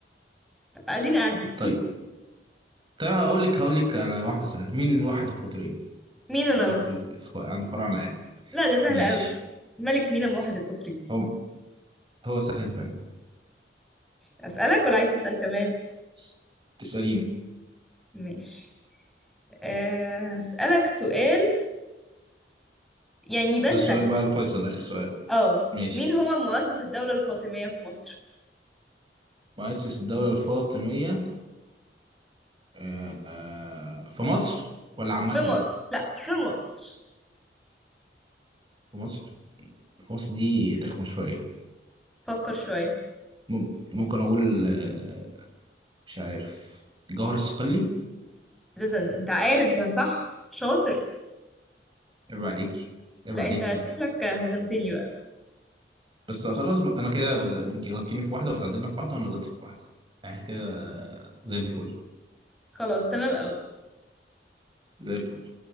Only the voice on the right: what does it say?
طيب طيب هقول لك هقول لك على واحدة سهلة مين واحد القطرين
اللي هو في الف... في- عند فراعنة يعني
ماشي
هو هو سهل فعلا
اس- اسأليني
ده السؤال
بقى الفيصل آخر سؤال
ماشي
مؤسس الدولة الفاطمية آه، آه، في مصر ولا عامة
في مصر في مصر دي رخمة شوية
مم- ممكن أقول آه، مش عارف جوهر الصقلي
عيب عليكي عيب
عليكي
بس خلاص بقى انا كده غ- انت غلطتيني في واحده وتعادلنا في واحده وانا غلطت في واحده احنا كده زي الفل
زي الفل